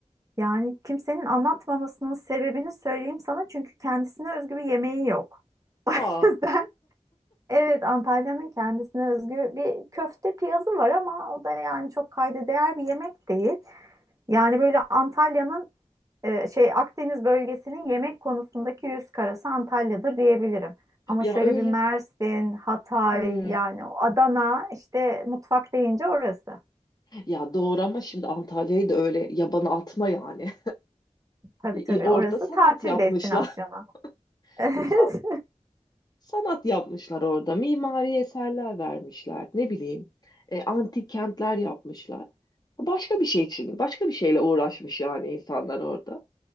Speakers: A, on the right; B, on the left.
A: Yani kimsenin anlatmamasının sebebini söyleyeyim sana çünkü kendisine özgü bir yemeği yok. <laughs>
B: Aa
A: O yüzden evet Antalya'nın kendisine özgü bir köfte piyazı var ama o da yani çok kayda değer bir yemek değil. Yani böyle Antalya'nın e, şey Akdeniz bölgesinin yemek konusundaki yüz karası Antalya'dır diyebilirim. Ama
B: ya
A: şöyle
B: öyle.
A: bir Mersin, Hatay
B: Hmm.
A: yani o Adana işte mutfak deyince orası.
B: Ya doğru ama şimdi Antalya'yı da öyle yabana atma yani.
A: Tabii tabii
B: <laughs> Orada
A: orası
B: sanat
A: tatil
B: yapmışlar.
A: destinasyonu. <laughs> Evet
B: <laughs> Sanat yapmışlar orada, mimari eserler vermişler, ne bileyim, e, antik kentler yapmışlar. Başka bir şey için, başka bir şeyle uğraşmış yani insanlar orada.